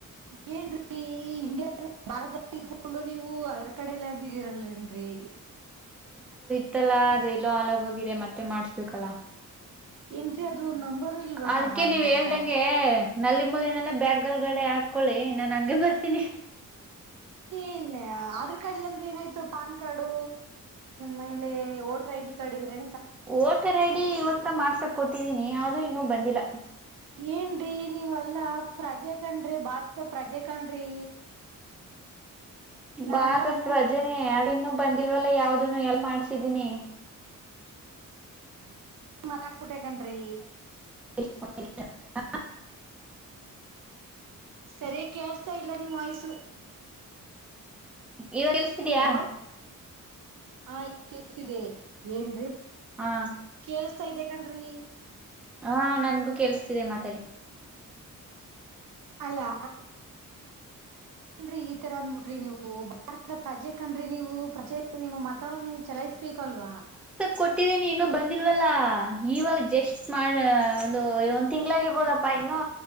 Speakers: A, on the right; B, in the centre.
A: ಏನ್ ರೀ ಇಂಡಿಯ ಭಾರತದಲ್ಲಿ ಇದಕೊಂಡು ನೀವು ಆಧಾರ್ ಕಾರ್ಡ್ ಇಲ್ಲ. ಇರಲ್ಲ ಏನ್ರಿ.
B: ಗೋತ್ತಲ್ಲಾ ಅದ ಎಲ್ಲೋ ಹಾಳಾಗೋಗಿದೆ ಮತ್ತೆ ಮಾಡಸ್ಬೇಕಲ್ಲ.
A: ಇಂದ. ಎ ಅದ್ರ ನಂಬರು ಇಲ್ವಾ
B: ಅದಕ್ಕೆ
A: ಸಹ
B: ನೀವ್
A: ನಿಮ್ಮ
B: ಹೇಳ್ದಂಗೆ
A: ಹತ್ರ?
B: ನಲ್ಲಿ ಮುಳನೆಲ್ಲ ಬ್ಯಾಗ ಒಳಗಡೆ ಹಾಕೊಳ್ಳಿ ನಾನ್ ಹಂಗೆ ಬರ್ತೀನಿ.
A: ಏನ್ ಆಧಾರ್ ಕಾರ್ಡ್ ಇಲ್ಲ ಅಂದ್ರೆ ಏನಾಯ್ತು? ಇ ಪಾನ್ ಕಾರ್ಡು ಮೇಲೆ ವೋಟರ್ ಐಡಿ ಕಾರ್ಡ್ ಇದ್ರೆ,
B: ಓಟರ್ ಐಡಿ ಇವತ್ತು, ಮಾಡ್ಸಕ್ ಕೊಟ್ಟಿದೀನಿ ಆದ್ರೂ ಇನ್ನುೂ ಬಂದಿಲ್ಲ.
A: ಏನ್ರೀ ನೀವಲ್ಲಾ ಪ್ರಜೆ ಕಣ್ರಿ ಭಾರತಡಿ ಪ್ರಜೆ ಕಣ್ರಿ. ನಾನೆಲ್ಲಾ
B: ಭಾರತ
A: ಮೂರ್
B: ಪ್ರಜೆನೆ ಅದ ಇನ್ನು ಬಂದಿಲ್ವಲ್ಲ. ಯಾವ್ದನು ಎಲ್ಲಿ ಮಾಡ್ಸ? ಇದೀನಿ.
A: ಮಾತಾಡ್ಬಿಟ್ಟೆ ಕಣ್ರೀ.
B: ಹ <unintelligible>
A: ಸರಿ ಕೇಳ್ತಾ ಇಲ್ಲ ನಿಮ್ಮ್ ವಯ್ಸು
B: ಇವಾಗ ಕೇಳ್ಸ್ತಿದ್ಯಾ
A: ಹಲೋ ಹ ಕೇಳಸ್ತಿದೆ ಏನ್ೀ
B: ಹಾ
A: ಕ ಇದೆ ಕನ್್ರಿ
B: ಹಾ ನನ್ಗೂ ಕೆಲ್ಸತಿದೆ ಮಾತಾಡಿ
A: ಅಲ್ಲಾ ಏನ್ರಿ ಈ ತರ ಅಂದ್ಬಿಟ್ರಿ ನೀವು ಭಾರತದ ಪ್ರಜೆ ಕಣ್ರಿ ನೀವು ಪ್ರಜೆ ದು ನಿಮ್ಮ ಮತನ್ನ ನೀವು ಚಲಾಯಿಸ್ಬೇಕಲ್ವಾ
B: ಕೊಟ್ಟಿದ್ದೀನಿ ಇನ್ನು ಬಂದಿಲ್ವಲ್ಲ ಇವಾಗ ಜಸ್ಟ್ ಮಾಡ ಒಂದು
A: ಏನ್
B: ಒಂದು ತಿಂ್ಗಳಾಗಿರ್ಬೋದಪ್ಪ ಇನ್ನೂ